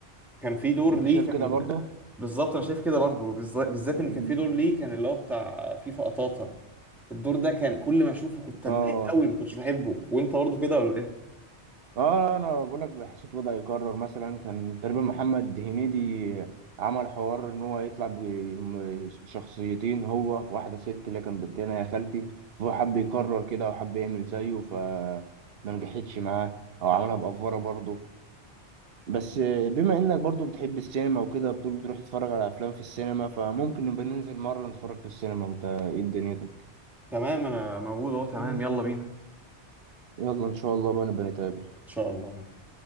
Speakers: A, in the centre; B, on the right.
A: كان في دور
B: انت
A: ليه
B: شايف
A: كان
B: كده برضو
A: بالظبط انا شايف كده برضو بالز- بالذات
B: مم.
A: ان كان في دور ليه كان اللي هو بتاع فيفا قطاطا الدور ده كان كل ما اشوفه كنت
B: اه
A: اتضايق قوي ما كنتش بحبه وانت برضو كده ولا ايه
B: اه انا بقول لك حسيت وضعي يكرر مثلا كان تقريبا محمد هنيدي عمل حوار ان هو يطلع بشخصيتين هو واحده ست اللي كان بالتانية يا خالتي فهو حب يكرر كده وحب يعمل زيه فما نجحتش معاه او عملها بأفورة برضه بس بما انك برضه بتحب السينما وكده بتقول بتروح تتفرج على افلام في السينما فممكن نبقى ننزل مره نتفرج في السينما انت ايه دنيتك
A: تمام انا موجود اهو تمام
B: مم.
A: يلا بينا
B: يلا ان شاء الله بقى نبقى نتقابل
A: ان شاء الله يعني.